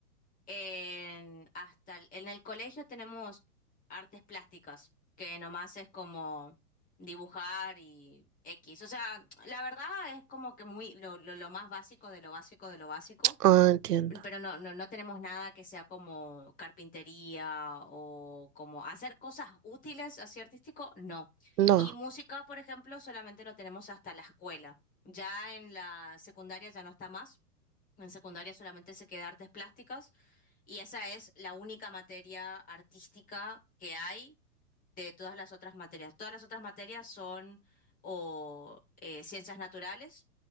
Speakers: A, on the left; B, on the right.
A: en, hasta el- en el colegio tenemos artes plásticas, que nomás es como dibujar y X. O sea, la verdad es como que muy lo, lo, lo más básico de lo básico de lo básico.
B: Ah, entiendo.
A: Pero no, no, no tenemos nada que sea como carpintería o como hacer cosas útiles así artístico, no.
B: No.
A: Y música, por ejemplo, solamente lo tenemos hasta la escuela. Ya en la secundaria ya no está más. En secundaria solamente se queda artes plásticas y esa es la única materia artística que hay de todas las otras materias. Todas las otras materias son o eh, ciencias naturales